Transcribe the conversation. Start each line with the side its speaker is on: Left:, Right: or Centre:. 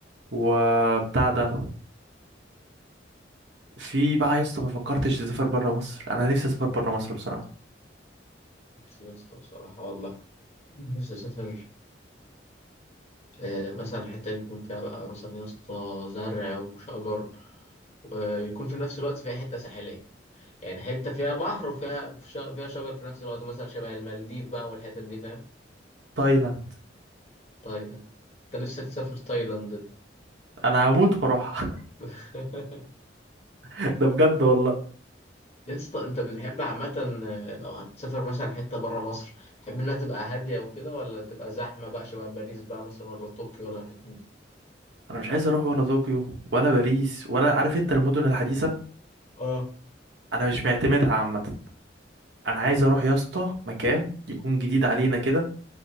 Right: وبتاع ده في بقى يا اسطى ما فكرتش تسافر بره مصر انا نفسي اسافر بره مصر بصراحه
Left: نفسي يا اسطى بصراحة والله نفسي أسافر آه، مثلا الحتة يكون فيها بقى مثلا يا اسطى زرع وشجر ويكون في نفس الوقت فيها حتة ساحلية يعني حتة فيها بحر وفيها ش- فيها شجر في نفس الوقت مثلا شبه المالديف بقى والحتت دي فاهم
Right: تايلاند
Left: تايلاند انت نفسك تسافر تايلاند انت
Right: انا هموت واروح
Left: <laughs>
Right: <laughs> ده بجد والله
Left: يا اسطى انت بتحب عامة آه، لو هتسافر مثلا حتة برا مصر تحب انها تبقى هادية وكده ولا تبقى زحمة بقى شبه باريس بقى مثلا ولا طوكيو ولا الحتت دي
Right: انا مش عايز اروح ولا طوكيو ولا باريس ولا عارف انت المدن الحديثه
Left: اه
Right: انا مش معتمدها عامه انا عايز اروح يا اسطى مكان يكون جديد علينا كده